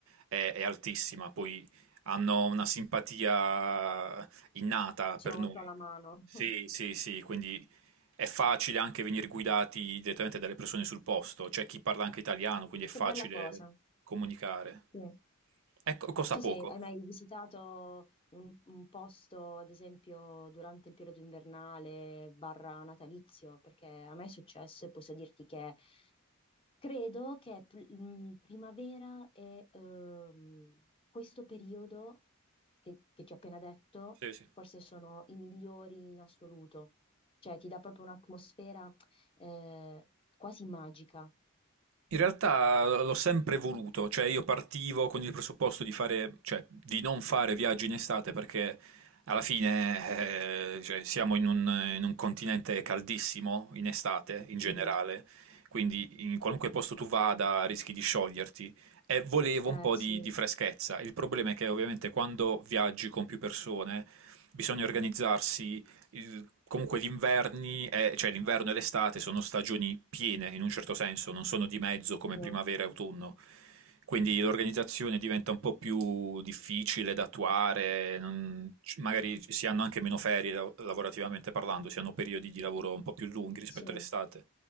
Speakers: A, on the right (about 65°); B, on the left (about 25°).
A: è, è altissima, poi hanno una simpatia innata
B: sono
A: per
B: molto
A: noi.
B: alla mano.
A: Sì,
B: <laughs>
A: sì, sì, quindi è facile anche venire guidati direttamente dalle persone sul posto, c'è chi parla anche italiano, quindi è facile
B: Che bella cosa.
A: comunicare.
B: Sì.
A: Ecco, costa
B: Tu
A: poco.
B: sei, hai mai visitato un, un posto, ad esempio, durante il periodo invernale barra natalizio? Perché a me è successo e posso dirti che credo che pr- mh, primavera e ehm, questo periodo che, che ti ho appena detto
A: Sì, sì.
B: forse sono i migliori in assoluto. Cioè, ti dà proprio un'atmosfera eh, quasi magica.
A: In realtà l'ho sempre voluto, cioè io partivo con il presupposto di fare, cioè di non fare viaggi in estate perché alla fine eh, cioè, siamo in un, in un continente caldissimo in estate in generale,
B: Mhm.
A: quindi in qualunque posto tu vada rischi di scioglierti e volevo
B: Eh,
A: un po'
B: sì,
A: di, di freschezza. Il problema è che ovviamente quando viaggi con più persone bisogna organizzarsi il- comunque gli inverni, eh, cioè l'inverno e l'estate sono stagioni piene in un certo senso, non sono di mezzo come
B: sì,
A: primavera e autunno. Quindi l'organizzazione diventa un po' più difficile da attuare, non- c- magari si hanno anche meno ferie lav- lavorativamente parlando, si hanno periodi di lavoro un po' più lunghi rispetto
B: sì.
A: all'estate.